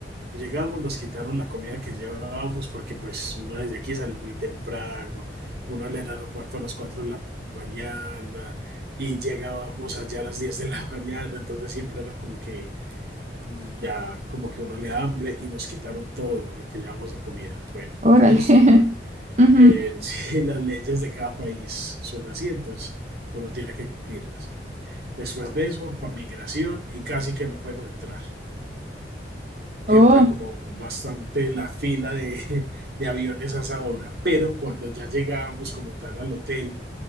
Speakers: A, on the right; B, on the right.
A: llegamos nos quitaron la comida que llevábamos porque pues uno desde aquí sale muy temprano, uno al aeropuerto a las 4 de la mañana y llegábamos allá a las 10 de la <laughs> mañana, entonces siempre era como que mm, ya como que uno le da hambre y nos quitaron todo lo que llevábamos de comida. Bueno,
B: Órale.
A: eso es
B: <laughs>
A: normal.
B: Ujú.
A: Eh, <laughs> sí, las leyes de cada país son así, entonces uno tiene que cumplirlas. Después de eso, para migración y casi que no podemos entrar
B: Oh.
A: siempre como bastante la fila de, <laughs> de aviones a esa hora. Pero cuando ya llegábamos como tal al hotel,